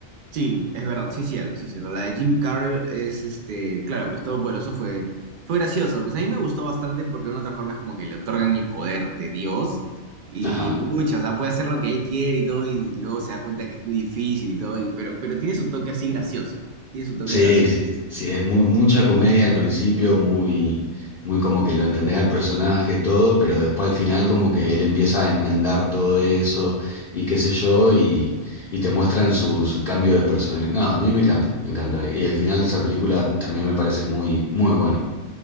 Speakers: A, on the right; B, on the left.
A: Sí, es verdad, sí, cierto, sí, cierto. La de Jim Carrey es, este, claro, pues Todopoderoso fue, fue gracioso. Pues a mí me gustó bastante porque de una otra forma es como que le otorgan el poder de Dios y,
B: Ajá.
A: pucha, o sea, puede hacer lo que él quiere y todo y luego se da cuenta que es muy difícil y todo, y, pero, pero tiene su toque así gracioso, tiene su toque
B: Sí,
A: gracioso.
B: sí, sí, es mu- mucha comedia al principio, muy, muy como que lo entendés al personaje, todo, pero después al final como que él empieza a enmendar todo eso y qué sé yo, y, y te muestran su, su cambio de personalidad. No, a mí me encanta, me encanta. Y el final de esa película también me parece muy, muy bueno.